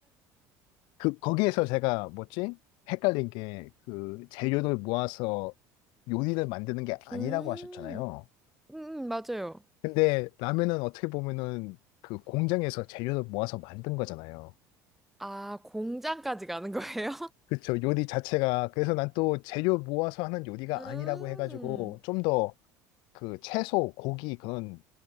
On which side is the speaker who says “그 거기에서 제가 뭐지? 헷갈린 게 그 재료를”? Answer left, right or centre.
Left